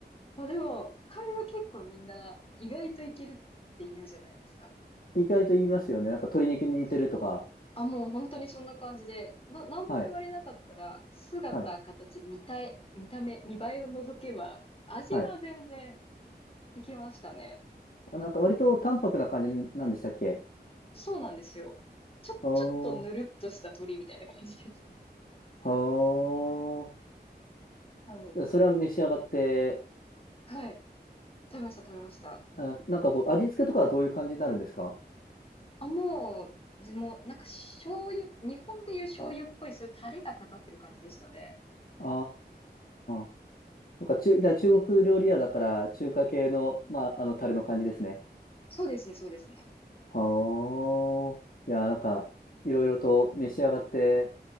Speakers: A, on the left; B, on the left.
A: まあでも、カエルは結構みんな意外といけるって言うじゃないですか。
B: 意外と言いますよね。なんか鶏肉に似てるとか。
A: はい。あ、もう本当にそんな感じで、な、何も言われなかったら、
B: はい、
A: 姿、
B: はい、
A: 形、見たい、見た目、見栄えを除けば、味は全然
B: はい。
A: いけましたね。
B: あなんか割と淡白な感じなんでしたっけ
A: そうなんですよ。ちょ、
B: あー
A: ちょっとぬるっとした鳥みたいな感じですね。
B: は
A: うん。
B: あ。それは召し上がって、
A: はい。食べました、食べました。
B: あ、なんかこう、味付けとかはどういう感じになるんですか
A: あ、もう、でも、なんか醤油、日本でいう醤油っぽい、そういうタレがかかってる感じでしたね。
B: ああー。なんか中、だから中国料理屋だから、中華系の、まあ、あの、タレの感じですね。
A: そうですね、そうですね。
B: はあ。いや、なんか、いろいろと召し上がって